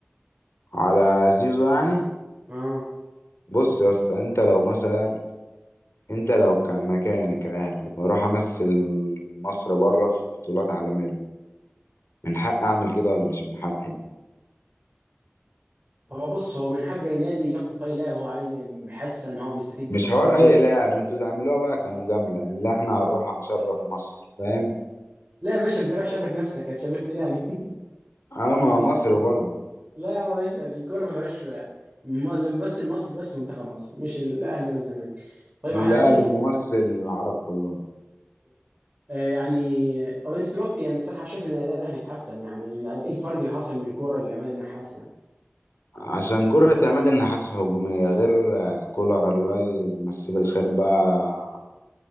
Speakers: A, on the left (about 80°); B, on the right (about 35°).
A: على زيزو يعني
B: اه
A: بص يا اسطى انت لو مثلا انت لو ك- مكاني كاهلي واروح امثل مصر بره في بطولات عالميه من حق اعمل كده ولا مش من حقي
B: هو بص هو من حق اي نادي يخطف اي لاعب هو عايز حاسس ان هو بيستفيد
A: مش
B: بيستفيد
A: حوار
B: بيه
A: اي
B: يعني
A: لاعب انتوا تعملوها بقى كمجامله اللي احنا هنروح هنشرف مصر فاهم
B: لا يا باشا انت رايح شرف نفسك هتشرفني ليه يعني
A: اما مصر برضه
B: <laughs> لا يا باشا الكوره ما فيهاش م- بس المصري بس منتخب مصر مش الاهلي ولا الزمالك طيب
A: لا
B: احنا عايزين
A: الممثل
B: إيه؟
A: العرب كلهم
B: آه، يعني طب انت دلوقتي يعني صراحه شايف ان اداء الاهلي اتحسن يعني ايه الفرق اللي حصل من كوره لعماد النحاس يعني
A: عشان كرة عماد النحاس هجومية غير آه، كولر الله يمسيه بالخير بقى